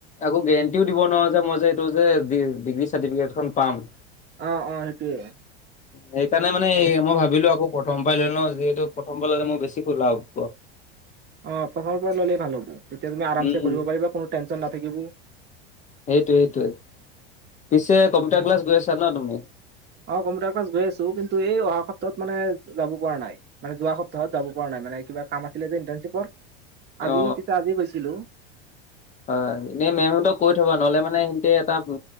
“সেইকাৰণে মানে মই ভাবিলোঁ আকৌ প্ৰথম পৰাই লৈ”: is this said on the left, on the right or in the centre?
Left